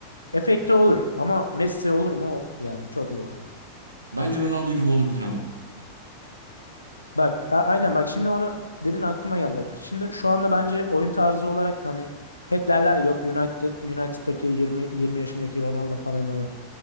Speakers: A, on the left; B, on the right.
A: Efekti olur ama Messi olur mu? O- Yani çok zor ya.
B: Bence Ronaldo gibi olabilir ama.
A: Bak a- aynen bak şimdi onu dedin aklıma gel bak. Şimdi şu anda bence oyun tarzı olarak da hani hep derler ya, yok United United'daki 20 20 yaşındaki Ronaldo falan öyle.